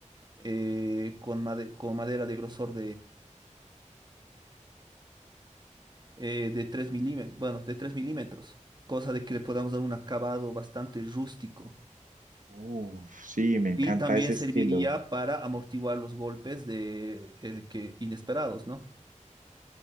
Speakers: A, on the right; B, on the right.
A: eh, con, made- con madera de grosor eh, de 3 milímetros, bueno, de 3 milímetros, cosa de que le podamos dar un acabado bastante rústico.
B: Uf, sí, me encanta
A: Y también
B: ese estilo.
A: serviría para amortiguar los golpes de, eh, que, inesperados, ¿no?